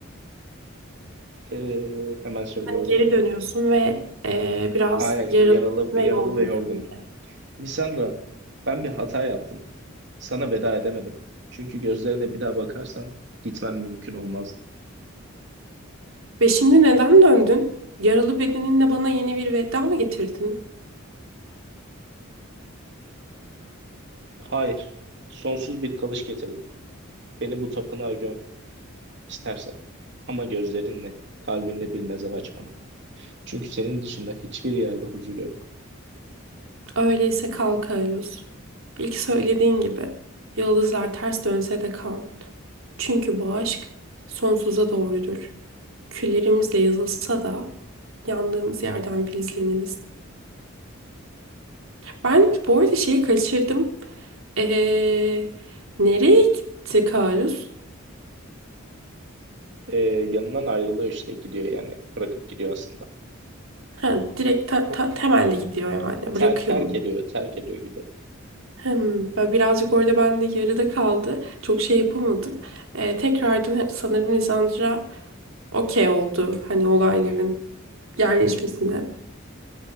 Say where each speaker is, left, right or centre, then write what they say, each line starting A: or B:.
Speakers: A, on the right; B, on the right.
A: Ee, hemen söylüyorum.
B: Hani geri dönüyorsun ve ee, biraz
A: Aynen
B: yaralı
A: yaralı,
B: ve
A: yaralı
B: yorgunsun.
A: ve yorgunum. Lisandra ben bir hata yaptım. Sana veda edemedim. Çünkü gözlerine bir daha bakarsam gitmem mümkün olmazdı.
B: Ve şimdi neden döndün? Yaralı bedeninle bana yeni bir veda mı getirdin?
A: Hayır. Sonsuz bir kalış getirdim. Beni bu tapınağa göm istersen. Ama gözlerinle, kalbinle bir mezar aç bana. Çünkü senin dışında hiçbir yerde huzur yok.
B: Öyleyse kal Kaylus. İlk söylediğin gibi yıldızlar ters dönse de kal. Çünkü bu aşk sonsuza doğrudur. Küllerimizle yazılsa da yandığımız yerden filizleniriz. Ben bu arada şeyi kaçırdım. Ee, nereye gitti Kalus?
A: Ee, yanından ayrılıyor işte gidiyor yani bırakıp gidiyor aslında.
B: Ha, direkt te- te- temelli gidiyor yani.
A: Ter-
B: Bırakıyor
A: terk
B: onu.
A: ediyor, terk ediyor gibi.
B: Hem ben birazcık orada ben de yarıda kaldı. Çok şey yapamadım. Ee, tekrardan sanırım Lisandra okey oldu. Hani olayların. yerleşmesine.